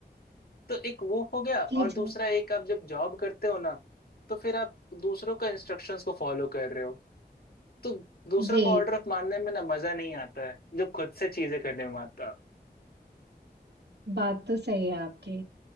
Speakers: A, on the left; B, on the right.
A: तो एक वो हो गया और
B: जी,
A: दूसरा
B: जी।
A: एक आप जब जॉब करते हो ना तो फिर आप दूसरों का इंस्ट्रक्शंस को फॉलो कर रहे हो तो दूसरों
B: जी।
A: का ऑर्डर ऑफ मानने में ना मजा नहीं आता है जो खुद से चीजें करने में आता है।
B: बात तो सही है आपकी।